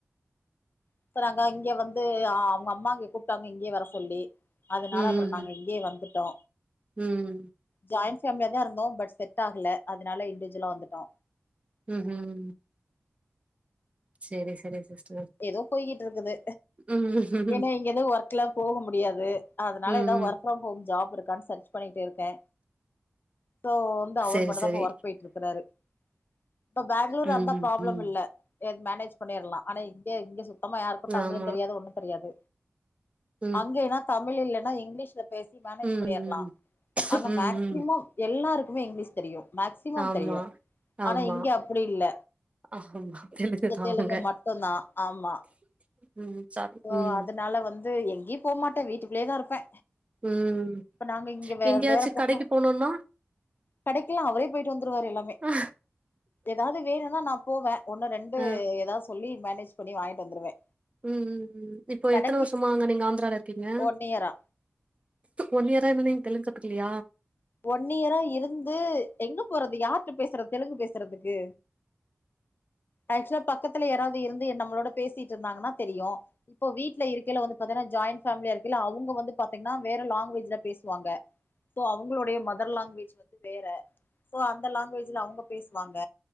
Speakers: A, on the left; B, on the right.
A: இப்ப நாங்க இங்க வந்து அவங்க அம்மா இங்க கூப்பிட்டாங்க இங்கயே வர சொல்லி அதனால
B: ம்
A: அப்புறோ நாங்க இங்கயே வந்துட்டோ
B: ம் ம்
A: ஜாயிண்ட் ஃபேமிலியா தா இருந்தோ பட் செட் ஆகல அதனால இண்டிவிஜுவலா வந்துட்டோ
B: உம் உம் செரி செரி சிஸ்டர்
A: ஏதோ போய்கிட்டு இருக்குது
B: ம்
A: ஏன்னா இங்க எதுவு ஒர்க்லா போக முடியாது அதனால
B: ம்
A: ஏதாது ஒர்க்
B: ம்
A: ஒர்க் ப்ரம் ஹோம் ஜாப் இருக்கான்னு சர்ச் பண்ணிட்டு இருக்கே இப்போ வந்து அவர்
B: செரி
A: மட்டு
B: செரி
A: தா இப்போ ஒர்க் போயிட்டு இருக்கறாரு இப்ப பெங்களூர்ரா
B: ம்
A: இருந்தா
B: ம்
A: ப்ராப்ளம்
B: ம்
A: இல்ல து மேனேஜ் பண்ணிறலா ஆனா இங்க இங்க சுத்தமா யாருக்கு தமிழு
B: ஆமா
A: தெரியாது ஒண்ணு தெரியாது
B: ம்
A: அங்கைன்னா தமிழ் இல்லன்னா இங்கிலீஷ்ல பேசி மேனேஜ்
B: ம்
A: பண்ணிறலா
B: ம்
A: அங்கே
B: ம்
A: மேக்சிமம்
B: ம்
A: எல்லாருக்குமே இங்கிலீஷ் தெரியு மேக்சிமம்
B: ஆமா
A: தெரியு
B: ஆமா
A: ஆனா இங்க அப்புடி இல்ல
B: ஆமா
A: இங்க
B: தா
A: தெலுங்கு
B: அவங்க
A: மட்டுந்தா ஆமா
B: ம் சாரி
A: சோ
B: ம்
A: அதனால வந்து எங்கயு போமாட்டே வீட்டுக்குள்ளயே தா இருப்பே
B: உம்
A: இப்ப நாங்க இங்க வே
B: எங்கியாச்சு
A: வேற பக்கோ
B: கடைக்கு போனுன்னா
A: கடைக்கெல்லா அவுரே போயிட்டு வந்துருவாரு எல்லாமே
B: அ
A: ஏதாவ்து வேணுன்னா நா போவே ஒன்னு ரெண்டு
B: ம்
A: சொல்லி மேனேஜ் பண்ணி வாங்கிட்டு வந்துருவே
B: ம் ம் ம் இப்போ
A: கடைக்கு
B: எத்தன வருஷமா நீங்க ஆந்திரில இருக்கீங்க
A: ஒன் இயரா
B: ஒன் இயர் இருந்து நீங்க தெலுங்கு கத்துக்கலையா
A: ஒன்ன இயரா இருந்து எங்க போறது யார்கிட்ட பேசுறது தெலுங்கு பேசுறதுக்கு ஆக்சுவலா பக்கத்துல யாராவது இருந்து என் நம்மளோட பேசிட்டு இருந்தாங்கன்னா தெரியு இப்போ வீட்டுல இருக்கில வந்து பாத்தேனா ஜாயின் ஃபேமிலியா இருக்கல்ல அவங்க வந்து பாத்தீங்கன்னா வேற லாங்குவேஜ்ல பேசுவாங்க அவங்களோடைய மதர் லாங்குவேஜ் வந்து வேற சோ அந்த லாங்குவேஜ்ல அவுங்க பேசுவாங்க